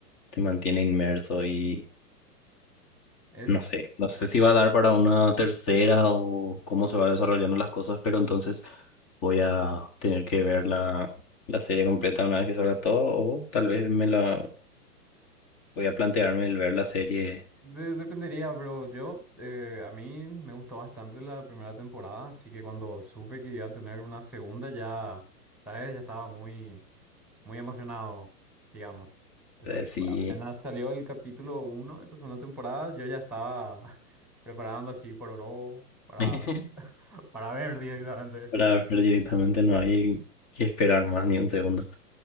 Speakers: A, on the left; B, in the centre.
A: Te mantiene inmerso y
B: Es,
A: No sé, no sé si va a dar para una tercera o cómo se va desarrollando las cosas, pero entonces voy a tener que ver la, la serie completa una vez que salga todo, o tal vez me la voy a plantearme el ver la serie
B: de- dependería, pero yo, eh, a mí me gustó bastante la primera temporada, así que cuando supe que iba a tener una segunda ya, ¿sabes? Ya estaba muy... muy emocionado, digamos. Así
A: eh,
B: que
A: si
B: apenas salió el capítulo uno de la segunda temporada, yo ya estaba <laughs> preparando así por oro para,
A: <laughs>
B: para ver directamente.
A: para ver directamente no hay que esperar más ni un segundo.